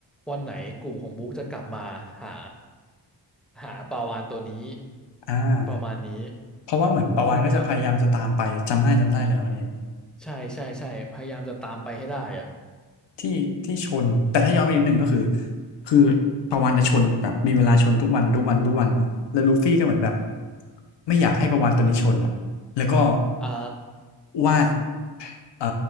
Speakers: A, in the centre; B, on the left.
A: วันไหนกลุ่มของบุ๊กจะกลับมาหาหาปลาวาฬตัวนี้
B: อ่า
A: ประมาณนี้
B: เพราะว่าเหมือนปะวันก็จะพยายามจะตามไปจำได้จำได้เลยครับอันนี้
A: คุณคุ้นๆไหมครับใช่ใช่ใช่พยายามจะตามไปให้ได้อะ
B: ที่ที่ชนแต่ถ้าย้อนไปนิดหนึ่งก็คือคือปะวันจะชนแบบมีเวลาชนทุกวันทุกวันทุกวันอ่ะแล้วลูฟี่ก็เหมือนแบบไม่อยากให้ปะวันตัวนี้ชนอ่ะแล้วก็
A: อ่า
B: วาดเอ่อ